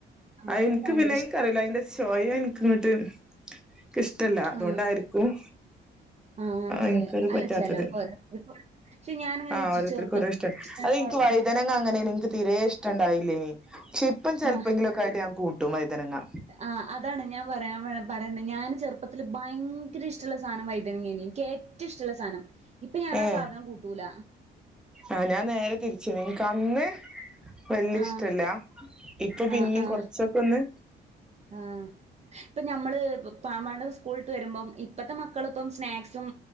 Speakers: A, in the centre; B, on the right.
A: ആഹ്
B: എനിക്ക്
A: ഇനിക്ക്
B: ഭയങ്കര
A: പിന്നെ അത്
B: ഇഷ്
A: എനിക്ക്റിയൂല, അതിന്റെ ചോയ ഇൻക്ക് ഇങ്ങട്ട്, ഇന്ക് ഇഷ്ടല്ല. അതുകൊണ്ടായിരിക്കും.
B: ആഹ് ആഹ്, ചെ
A: എനിക്കത്
B: അല്ല
A: പറ്റാത്തത്
B: ചെലോർ പക്ഷെ ഞാനങ്ങനെ
A: ആഹ്
B: വെച്ചു
A: ഓരോരുത്തർക്കും
B: ചെറുപ്പത്തി
A: ഓരോ
B: ഇഷ്ട്ടണ്ടായിരുന്ന
A: അത് ഇൻക്ക് വൈതനങ്ങ... അങ്ങനെണ്. നിക്ക് തീരെ ഇഷ്ടണ്ടായിലേയിനി. പക്ഷെ, ഇപ്പ ചെൽപ്പങ്കിലുക്കായിട്ട്
B: ആഹ്
A: ഞാൻ കൂട്ടും വൈതനങ്ങ.
B: ആഹ് അതാണ്. ഞാൻ പറയാൻ പറയുന്നത്, ഞാൻ ചെറുപ്പത്തില് ഭയങ്കര ഇഷ്ടള്ള സാധനം വൈതനങ്ങേയിനി. ന്ക്ക് ഏ ഏറ്റവും ഇഷ്ടള്ള സാധനം. ഇപ്പ ഞാൻ
A: ഏഹ്
B: ആ സാധനം കൂട്ടൂല.
A: ആഹ്, ഞാൻ നേരെ തിരിച്ചാണ്. എനിക്ക് അന്ന് വല്യ
B: ആഹ്
A: ഇഷ്ടല്ല്യ ഇപ്പൊ പിന്നിം
B: ആഹ് ആഹ്
A: കൊറച്ചൊക്കെന്ന്...
B: ആഹ് ഇപ്പൊ ഞമ്മള് പ മാണ്ട് സ്കൂളിട്ട് വരുമ്പം, ഇപ്പത്തെ മക്കള് ഇപ്പം സ്നാക്സും